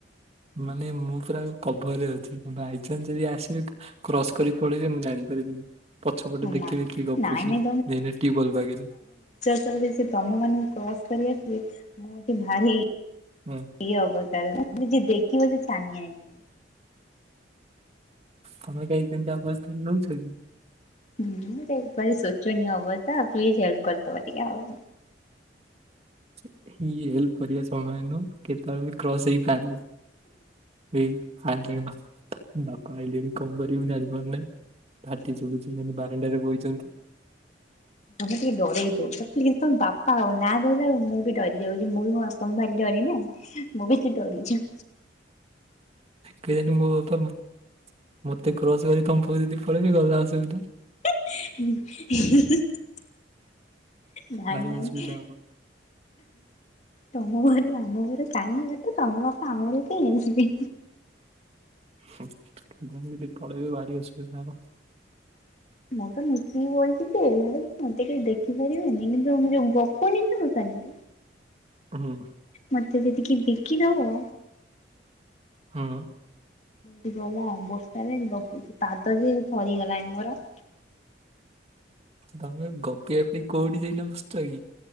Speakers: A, on the right; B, on the left.
A: ମାନେ ମୁଁ ପୁରା କଭରରେ ଅଛି ବାଇଚାନ୍ସ ଯଦି ଆସିବେ ତ କ୍ରସ୍ କରି ପଳେଇବେ ମୁଁ ଜାଣି ପାରିବିନି ପଛପଟେ ଦେଖିବେ
B: ନା।
A: କିଏ ଗପୁଚି
B: ନାଇଁ ନାଇଁ
A: ଏଇନେ ଟିବଲ ପାଖରେ।
B: ଚଳିବେ ସିଏ ତମମାନଙ୍କୁ କ୍ରସ କରିକି ଆସିବେ ମୁଁ ଏଠି ଭାରି
A: ହୁଁ।
B: ଇଏ ଅବତାରେ ଯିଏ ଦେଖିବ ସିଏ ଛାନିଆ ହେଇଯିବ।
A: ତମେ କାଇଁ ସେମିତି ଅବସ୍ଥାରେ ରହୁଛ କି?
B: ହୁଁ ତ ଭାରି ସୋଚନିୟ ଅବସ୍ତା ପ୍ଲିଜ ହେଲପ୍ କରିଦବ ଟିକେ ଆଉ।
A: <inaudible> ଇଏ ହେଲପ୍ କରିବା ସମୟ ନୁହଁ କେତେବେଳେ ବି କ୍ରସ ହେଇପାରିବେ। ଏଇ ଆଇଲେଣି ବା ବାପା ଆଇଲେଣି କଣ କରିବି ଜାଣିପାରୁନାଇଁ। ପାଟି ଶୁବୁଚି ମାନେ ବାରଣ୍ଡାରେ ବଇଚନ୍ତି।
B: ତମେ ଟିକେ ଡରେଇ ଦୋଉଚ ପ୍ଲିଜ ତମେ ବାପା ଆଉ ନାଁ ଧଇଲା ବେଳକୁ ମୁଁ ବି ଡରିଯାଉଚି ମୁଁ ବି ମୋ ବା ତ ମୁଁ ଭାରି ଡରେଇ ନା ମୁଁ ବେଶି ଡରିଯାଉଚି।
A: କେଜାଣି ମୋ ବାପା ମ ମତେ କ୍ରସ କରି ତମ ପାଖକୁ ଯଦି ପଳେଇିବି ଗଲା ଅସୁବିଧା।
B: <inaudible> ନାଇଁ
A: ଭାରି
B: ନାଇଁ
A: ଅସୁବିଧା ହବ।
B: ତମ ଘରୁ ଆମ ଘର ଚାଇଁବାଟେ ତମକୁ ଆମ <unintelligible> ବି
A: ହୁଁ ସୁବିଧା ଦେଖି ଯଦି ପଳେଇବି ଭାରି ଅସୁବିଧା ହବ।
B: ମୁଁ ତ ନୁଚିକି ବଇଚି ଯେ ହେଲେ ସେମତି କେହି ଦେଖିପାରିବେନି କିନ୍ତୁ ମୁଁ ଯୋଉ ଗପୁନି ତମ ସାଙ୍ଗରେ
A: ହୁଁ।
B: ମତେ ଯଦି କେହି ଦେଖିଦବ।
A: ହୁଁ।
B: ହେଠୁ କହିଲା ବର୍ଷାରେ ଏଠି ଗପୁଛି ପାଦ ଯେ ଫଳିଗଲାଣି ମୋର।
A: ତମେ ଗପିବା ପାଇଁ କୋଉଠି ଯାଇକିନା ବସଚ କି?